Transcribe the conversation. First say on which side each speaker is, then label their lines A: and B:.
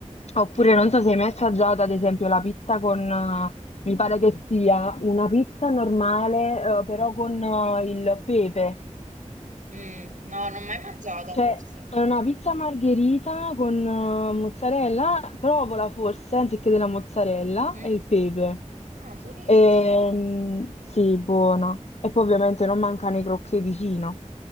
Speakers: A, on the left; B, on the right.
A: Oppure
B: sì, è vero.
A: non so se hai mai assaggiato, ad esempio, la pizza con, eh, mi pare che sia una pizza normale, eh, però con eh, il pepe.
B: Mm, no, non l'ho mai mangiata
A: Cioè,
B: forse.
A: è una pizza margherita con eh, mozzarella, provola forse, anziché della mozzarella,
B: Mhm.
A: e il pepe.
B: Ah, buonissimo.
A: Ehm, sì, buona. E poi ovviamente non mancano i crocchè vicino.